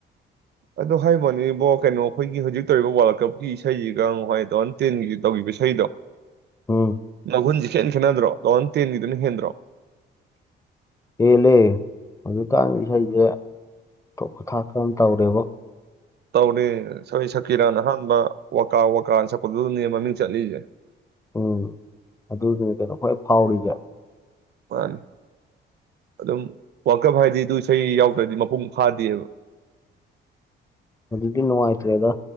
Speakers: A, on the right; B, on the left.
A: ꯑꯗꯨꯣ ꯍꯥꯏꯕꯅꯦ ꯏꯕꯣ ꯀꯩꯅꯣ ꯑꯩꯈꯣꯏꯒꯤ ꯍꯧꯖꯤꯛ ꯇꯧꯔꯤꯕ ꯋꯥꯔꯜ ꯀꯞꯀꯤ ꯏꯁꯩꯁꯤꯒ ꯋꯥꯏ ꯇ ꯊꯥꯎꯖꯟ ꯇꯦꯟꯒꯤ ꯇꯧꯈꯤꯕ ꯏꯁꯩꯗꯣ
B: ꯎꯝ
A: ꯂꯘꯟꯖꯤ ꯁꯦꯟ ꯈꯦꯠꯅꯗ꯭ꯔꯣ ꯂꯣꯟ ꯇꯦꯟꯒꯤꯗꯨꯅ ꯍꯦꯟꯗ꯭ꯔꯣ
B: ꯍꯦꯜꯂꯦ ꯑꯗꯨꯖꯤꯛꯀꯥꯟ ꯏꯁꯩꯁꯦ ꯇꯣꯛꯄ ꯊꯥꯛꯇꯅ ꯇꯧꯔꯦꯕ
A: ꯇꯧꯅꯤ ꯁꯣꯏ ꯁꯀꯤꯔꯟ ꯑꯍꯥꯟꯕ ꯋꯥꯋꯀꯥ ꯋꯥꯀꯥ ꯅꯤꯃꯝ ꯆꯥꯂꯤꯖꯦ
B: ꯎꯝ ꯑꯗꯨꯗꯨꯅꯤ ꯀꯩꯅꯣ ꯍꯣꯏ ꯐꯥꯎꯔꯤꯁꯦ
A: ꯃꯥꯅꯤ ꯑꯗꯨꯝ ꯋꯥꯀꯞ ꯍꯥꯏꯗꯤ ꯑꯗꯨ ꯏꯁꯩ ꯌꯥꯎꯗ꯭ꯔꯗꯤ ꯃꯄꯨꯡ ꯐꯥꯗꯦꯕ
B: ꯑꯗꯨꯗꯤꯅꯣꯃꯏꯇꯔꯦꯗ